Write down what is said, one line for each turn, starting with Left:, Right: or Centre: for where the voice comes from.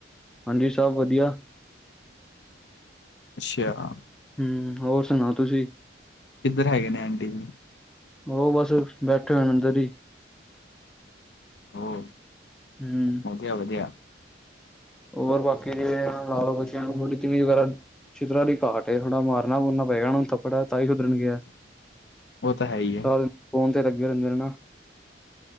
Centre: ਹਾਂਜੀ, ਸਭ ਵਧੀਆ।
Left: ਅੱਛਾ,,
Centre: ਹੱਮ ਹੋਰ ਸੁਣਾਓ ਤੁਸੀਂ?
Left: ਕਿੱਦਰ ਹੈਗੇ ਨੇ ਆਂਟੀ ਜੀ?
Centre: ਉਹ ਬਸ ਬੈਠੇ ਹੋਏ ਅੰਦਰ ਹੀ,
Left: <unintelligible>
Centre: ਹੱਮ,,
Left: ਵਧੀਆ <inaudible>
Centre: ਹੋਰ ਬਾਕੀ ਜਿਵੇ ਲਓ ਬੱਚਿਆਂ ਨੂੰ ਤੁਹਾਡੀ ਟੀ ਵੀ ਵਗੈਰਾ,, ਛਿੱਤਰਾਂ ਦੀ ਘਾਟ ਹੈ ਥੋੜਾ ਮਾਰਨਾ ਮੂਰਨਾ ਪਏਗਾ ਨੂੰ,, <unintelligible>
Left: ਉਹ ਤਾਂ ਹੈ ਹੀ ਹੈ
Centre: ਫੋਨ ਤੇ ਲੱਗੇ ਰੈਂਦੇ ਹਨਾ,,,,,,,,,